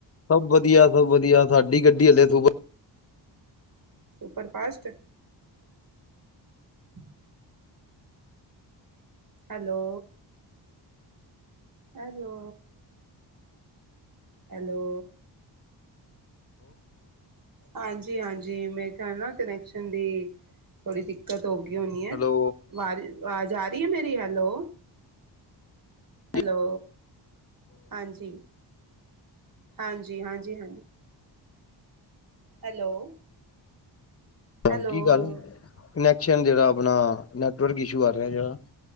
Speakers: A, on the left; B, on the right.
A: ਸਭ ਵਧੀਆ ਸਭ ਵਧੀਆ ਸਾਡੀ ਗੱਡੀ ਹਲੇੇ ਸੂਪਰ
B: ਸੁੂਪਰ ਫਾਸਟ। ਹਮ। ਹੈਲੋ? ਆਹੋ। ਹੈਲੋ। ਹਾਂਜੀ ਹਾਂਜੀ ਮੈਂ ਕਿਹਾ ਨਾ ਕਨੈਕਸ਼ਨ ਦੀ ਥੋੜੀ ਦਿੱਕਤ ਦਿੱਕਤ ਹੋ ਗਈ ਹੋਣੀ ਹੈ।
A: ਹੈਲੋ
B: ਆਵਾਜ਼ ਆ ਰਹੀ ਹੈ ਮੇਰੀ ਹੈਲੋ?
A: ਹਾਂਜੀ
B: ਹੈਲੋ ਹਾਂਜੀ। ਹਾਂਜੀ ਹਾਂਜੀ ਹਾਂਜੀ ਹੈਲੋ।
A: ਹਾਂ
B: ਹੈਲੋ
A: ਕੀ ਗੱਲ ਕਨੈਕਸ਼ਨ ਜਿਹੜਾ ਆਪਣਾ ਨੈਟਵਰਕ ਇਸ਼ੂ ਆ ਰਿਹਾ ਜਿਹੜਾ।